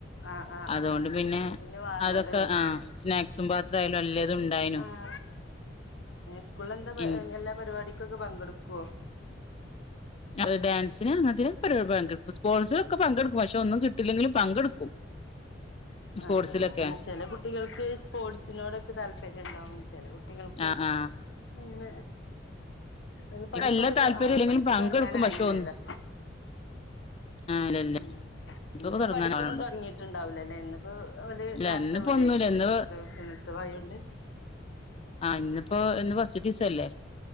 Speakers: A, on the left (about 70°); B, on the left (about 35°).
A: ആഹ് ആഹ്
B: അതുകൊണ്ട്
A: ആഹ്
B: പിന്നെ
A: വാങ്ങാതെ
B: അതൊക്കെ.
A: കഴിഞ്ഞുല്ലേ
B: ആഹ് സ്നാക്സും പാത്രമായാലും എല്ലതും ഉണ്ടായിന്
A: ആ സ്കൂളിൽ എന്താ..
B: ഇൻ
A: എല്ലാ പരിപാടിക്കൊക്കെ പങ്കെടുക്കുവോ
B: ആ ഡാൻസിന് അങ്ങനെയൊക്കെന പങ്കെടുക്കും. സ്പോർട്സിലൊക്കെ പങ്കെടുക്കും. പക്ഷെ ഒന്നും കിട്ടില്ലെങ്കിലും പങ്കെടുക്കും
A: <inaudible>
B: സ്പോർട്സിലൊക്കെ
A: ആഹ്അല്ല ചില കുട്ടികൾക്ക് സ്പോർട്സിനോടൊക്കെ താല്പര്യം ഉണ്ടാവും. ചെല കുട്ടികൾക്ക്
B: ആഹ് ആഹ്
A: അങ്ങനെ ഇന്ന് പഠിപ്പൊക്കെ
B: ഇപ്പ എല്ലാ താല്പര്യം
A: തൊടങ്ങിആ
B: ഇല്ലെങ്കിലും
A: പഠിപ്പ്
B: പങ്കെടുക്കും
A: തുടങ്ങാനായില്ലല്ലോ.
B: പക്ഷെ ഒന്ന് ആഹ് ഇല്ല ഇല്ല
A: ഉം
B: ഇപ്പൊക്കെ
A: ഇന്നിപ്പോ
B: തുടങ്ങാനാവണൊള്ളൂ
A: പഠിപ്പൊന്നും തുടങ്ങിയിട്ടുണ്ടാവൂലല്ലേ ഇന്നിപ്പോ ഓല്
B: ഇല്ല
A: നേരത്തെ
B: ഇന്നിപ്പോ
A: വിടു
B: ഒന്നുല്ല
A: ഏകാരം
B: ഇന്ന്
A: ല്ലേ. പ്രവേശന ഉത്സവായൊണ്ട്
B: ആ ഹ് ഇന്നിപ്പോ, ഇന്ന് ഫസ്റ്റ് ദിവസം അല്ലേ,